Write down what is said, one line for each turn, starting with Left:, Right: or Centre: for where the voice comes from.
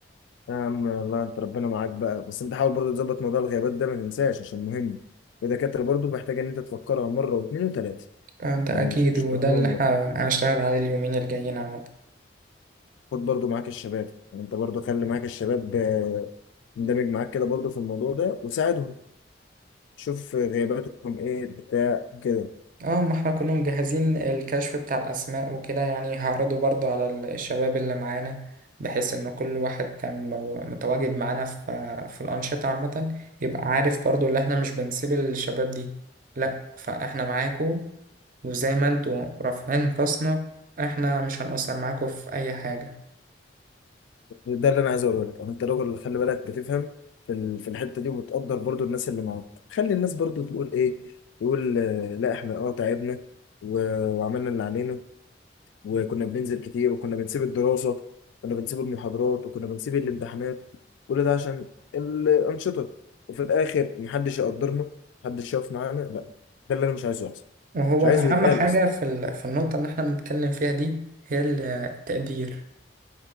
Left: يا عم الله انت ربنا معاك بقى بس انت حاول برضو تظبط موضوع الغيابات ده ما تنساش عشان مهم الدكاترة برضو محتاجة ان انت تفكرها مرة واثنين وثلاثة
Right: ده
Left: يعني
Right: أكيد
Left: مش مش
Right: وده
Left: تروح لهم
Right: اللي احنا
Left: مرة
Right: هنشتغل عليه اليومين الجايين عامة
Left: خد برضو معاك الشباب يعني انت برضو خلي معاك الشباب آه، اندمج معاك كده برضو في الموضوع ده وساعدهم شوف غياباتهم ايه بتاع كده
Right: اه ما احنا كنا مجهزين الكشف بتاع الأسماء وكده يعني هعرضه برضو على ال- الشباب اللي معانا بحيث إن كل واحد كان مو- متواجد معانا في في الأنشطة عامة يبقى عارف برضو اللي احنا مش بنسيب الشباب دي لأ فاحنا معاكو وزي ما انتوا رافعين راسنا احنا مش هنقصر معاكو في أي حاجة
Left: ده اللي انا عايز اقوله لك انت راجل اللي خلي بالك بتفهم في ال- في الحتة دي وبتقدر برضو الناس اللي معاك خلي الناس برضو تقول ايه تقول آه، لا احنا اه تعبنا و- وعملنا اللي علينا وكنا بننزل كتير وكنا بنسيب الدراسة كنا بنسيب المحاضرات وكنا بنسيب الامتحانات كل ده عشان الأنشطة وفي الآخر محدش يقدرنا محدش يقف معانا لا ده اللي أنا مش عايزه يحصل
Right: وهو
Left: مش عايزه
Right: أهم
Left: يتقال
Right: لا حاجة
Left: أصلا
Right: في ال- في النقطة اللي احنا بنتكلم فيها دي هي التقدير